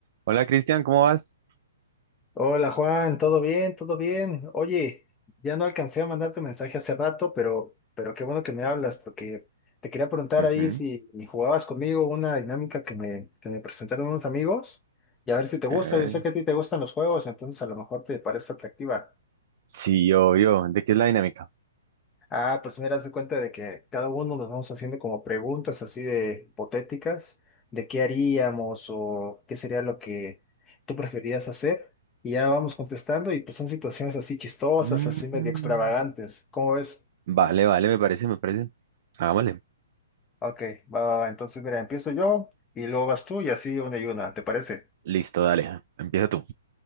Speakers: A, on the right; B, on the left.
A: Hola Cristian, ¿cómo vas?
B: Hola Juan, ¿todo bien? ¿Todo bien? Oye, ya no alcancé a mandarte un mensaje hace rato, pero, pero qué bueno que me hablas, porque te quería preguntar
A: Ujú.
B: ahí si si jugabas conmigo una dinámica que me, que me presentaron unos amigos y a ver si te gusta.
A: Eh,
B: Yo sé que a ti te gustan los juegos, entonces a lo mejor te parece atractiva.
A: sí, obvio. ¿De qué es la dinámica?
B: Ah, pues mira, se cuenta de que cada uno nos vamos haciendo como preguntas así de hipotéticas, de qué haríamos o qué sería lo que tú preferirías hacer. Y ya vamos contestando y pues son situaciones así chistosas,
A: Mm,
B: así medio extravagantes. ¿Cómo ves?
A: Vale, vale, me parece, me parece. Hagámosle.
B: Ok, va, va, va. Entonces mira, empiezo yo y luego vas tú y así una y una, ¿te parece?
A: Listo, dale, empieza tú.